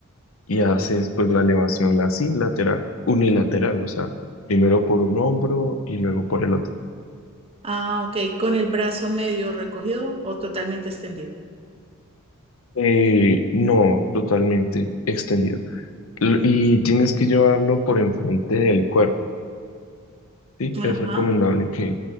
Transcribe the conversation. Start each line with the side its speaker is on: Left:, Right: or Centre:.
Left: y haces pues la elevación así, lateral, unilateral, o sea, primero por un hombro y luego por el otro.
Right: Ah, ok, con el brazo medio recogido o totalmente extendido.
Left: Eh, no, totalmente extendido. L- Y tienes que llevarlo por enfrente del cuerpo, ¿sí? Es
Right: Ajá.
Left: recomendable que